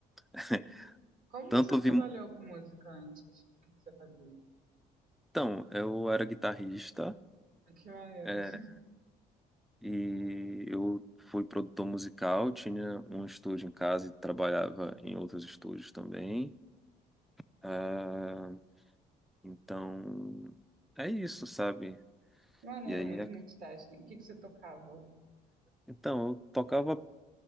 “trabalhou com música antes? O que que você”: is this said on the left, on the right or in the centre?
Right